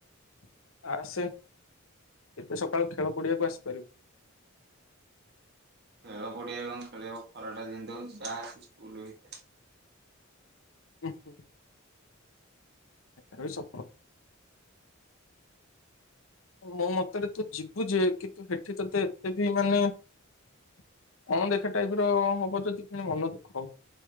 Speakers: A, on the left; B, on the right.
A: <inaudible> ଆସେ। ଏତେ ସକାଳୁ ଖେଳ ପଡିଆକୁ ଆସିପାରିବୁ। <inaudible>
B: ଖେଳ ପଡିଆ ରେ କଣ ଖେଳିହବ। ଖରାଟା ଯେମିତି ହୋଉଚି। ଯାହା ସ୍କୁଲ ଭିତରେ
A: <unintelligible> ସେଟା ରେ ବି ଶପଥ ମୋ ମତରେ ତୁ ଯିବୁ ଯେ, କିନ୍ତୁ ସେଠି ତତେ ଏତେ ବି ମାନେ, <inaudible> ଅଣଦେଖା ଟାଇପ ର ହବ ଯଦି କିଣି ମନ ଦୁଃଖ ହବ।